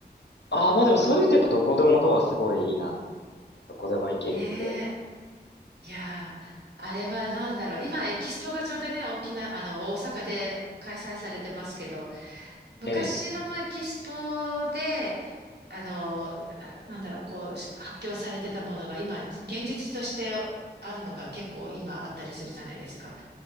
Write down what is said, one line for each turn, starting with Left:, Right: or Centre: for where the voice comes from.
Left: ああ、まあでもそれってやっぱどこでもドアすごいいいなと思いますね。どこでも行けるっていうのは。
Right: ねえ。いやー、あれは何だろう。今、エキスポがちょうどね、沖縄、あの、大阪で開催されてますけど、昔のエキスポで、
Left: ええ、
Right: あの、あなんだろう、こう、し発表されてたものが今、現実としてあるのが結構今あったりするじゃないですか。